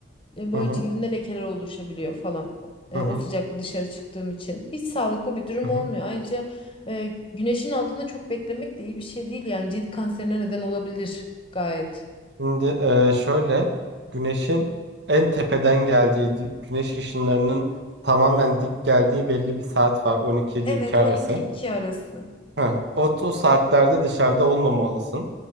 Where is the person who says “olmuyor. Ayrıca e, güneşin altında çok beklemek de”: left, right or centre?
Left